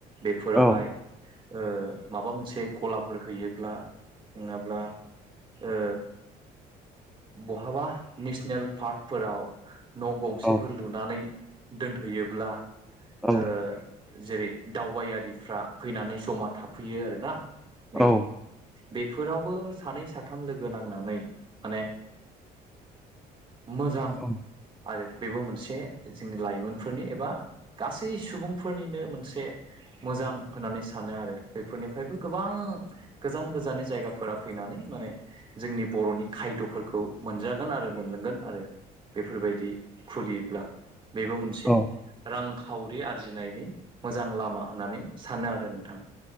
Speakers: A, on the right; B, in the centre.
A: बेफोरावहाय
B: औ
A: ओ माबा मोनसे गलाफोर हैयोब्ला नङाब्ला। ओ बहाबा नेसनेल पार्कफोराव न' गंसेफोर
B: औ
A: लुनानै दोनहैयोब्ला ओ
B: औ
A: जेरै दावबायारिफ्रा फैनानै जमा थाफैयो आरोना। नै
B: औ
A: बेफोरावबो सानै साथाम लोगो नांनानै माने मोजां
B: <unintelligible>
A: आरो बेबो मोनसे जोंनि लाइमोनफोरनि एबा गासै सुबुंफोरनिनो मोनसे मोजां होननानै सानो आरो बेफोरनिफ्रायबो गोबां गोजान गोजाननि जायगाफोरा फैनानै माने जोंनि बर'नि खायद'फोरखौ मोनजागोन आरो मोनलोंगोन आरो बेफोरबायदि खुलियोब्ला बेबो मोनसे
B: औ
A: रां खावरि आरजिनायनि मोजां लामा होननानै सानो आरो नोंथां।